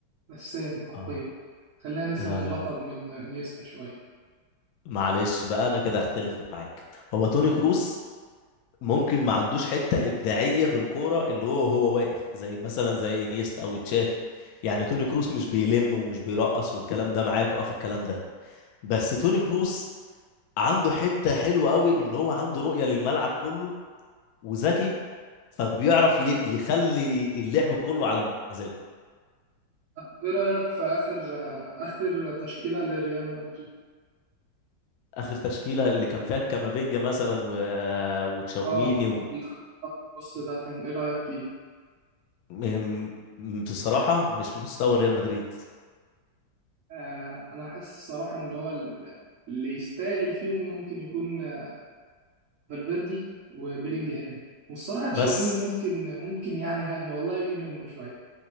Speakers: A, on the right (about 65°); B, on the left (about 75°).
A: رسام حرفيا
B: اه
A: خلينا نسرق
B: لا
A: اللقب
B: لا لا
A: من انيستا شوية
B: معلش بقى انا كده اختلف معاك هو توني كروس ممكن ما عندوش حته ابداعيه بالكوره اللي هو هو واقف زي مثلا زي انيستا او تشافي يعني توني كروس مش بيلم ومش بيرقص والكلام ده معاك اه في الكلام ده بس توني كروس عنده حته حلوه قوي ان هو عنده رؤيه للملعب كله وذكي فبيعرف ي- يخلي اللعب كله على مزاجه
A: طب ايه رأيك في آخر آخر تشكيلة لريال مدريد؟
B: اخر تشكيله اللي كان فيها كامافينجا مثلا و... وتشاوميني
A: اه
B: و...
A: الخط النص ده كان ايه رأيك فيه؟
B: م- م- بصراحه مش مستوى ريال مدريد
A: آه انا حاسس الصراحة ان هو ال- اللي يستاهل فيهم ممكن يكون آه، فالفيردي وبيلينجهام والصراحة تشاوميني
B: بس
A: ممكن ممكن يعني ها والله يجي منه شوية